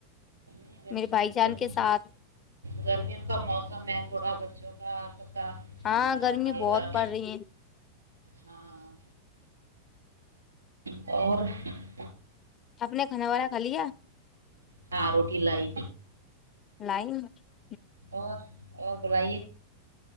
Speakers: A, on the right (about 75°); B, on the left (about 30°).
A: جی
B: میرے بھائی جان
A: گمی
B: کے ساتھ
A: گرمیوں کا موسم ہے تھوڑا ب چکات <unintelligible> ا
B: ہاں گرمی
A: گ
B: بہت پڑ رہی ہے
A: ہاں <unintelligible> اور <unintelligible>
B: آپ نے کھانا والا کھا لیا
A: ہاں روٹی لائی
B: لائن <unintelligible>
A: اور اور بلائیے